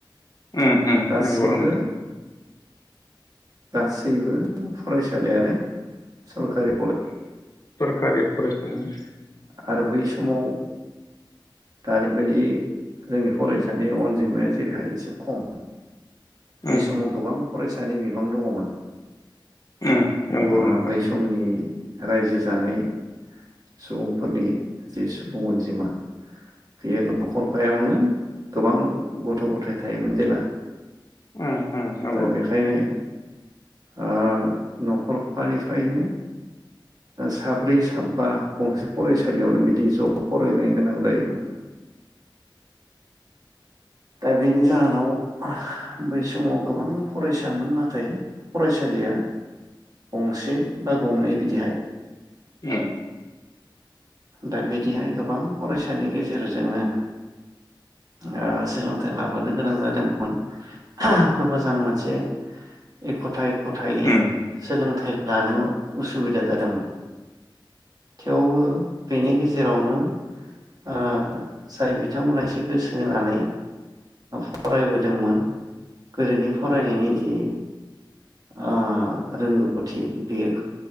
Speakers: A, on the left; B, on the right.
A: ओम ओम
B: गासिबो
A: नंगौ नोंथां।
B: गासैबो फरायसालियानो सरकारि
A: सरकारि फरायसालि
B: आरो बै समाव दानि बायदि जोंनि फरायसानि अनजिमाया जेरैहाय एसे खम बै
A: उम
B: समाव गोबां फरायसानि बिबां दङमोन।
A: उम नंगौ
B: ओ
A: नोंथां
B: बै समनि रायजो जानाय सुबुंफोरनि जि सुबुं अनजिमा बे न'खरफायावनो गोबां गथ' गथाय थायोमोन जेला।
A: उम उम नंगौ
B: दा बेखायनो ओ न'खरफानिफ्रायनो साब्रै साबा गंसे फरायसालियावनो बिदि ज' फरायनाय गोनां जायोमोन दा बेनि जाहोनाव बै समाव गोबां फरायसामोन नाथाय फरायसालिया गंसे बा गंनै बिदिहाय
A: उम
B: दा बिदिहाय गोबां फरायसानि गेजेरजोंनो ओ सोलोंथाइ लाबोनो गोनां जादोंमोन खोब मोजां मोनसे एखुथाय। गथायै
A: उम
B: सोलोंथाइ लानो उसुबिदा जादोंमोन थेवबो बेनि गेजेरावनो ओ जाय बिथांमोनहा एसे गोसो होनानै फरायबोदोंमोन गोदोनि फरायनायनि जि ओ रोंगौथि बेयो